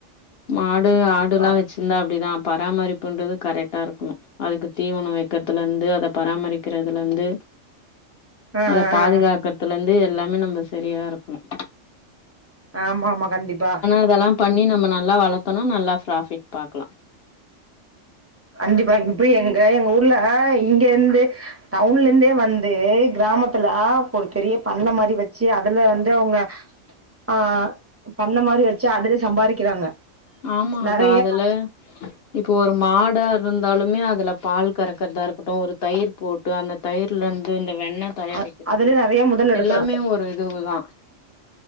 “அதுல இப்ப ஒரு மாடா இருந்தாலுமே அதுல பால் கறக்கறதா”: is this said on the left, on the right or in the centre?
Left